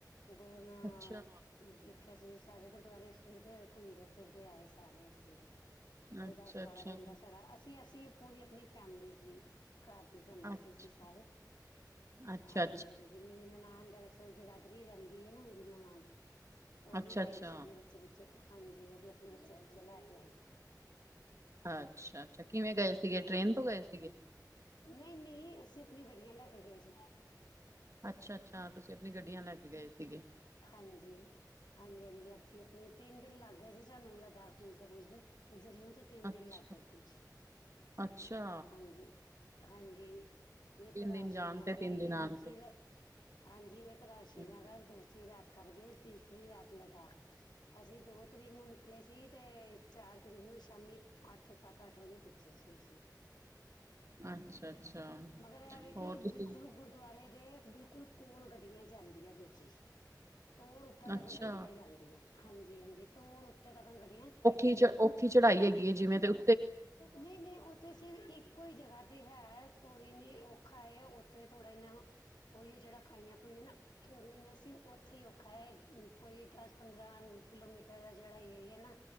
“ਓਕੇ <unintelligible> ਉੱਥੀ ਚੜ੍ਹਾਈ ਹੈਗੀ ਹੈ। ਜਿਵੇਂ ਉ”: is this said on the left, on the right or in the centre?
Right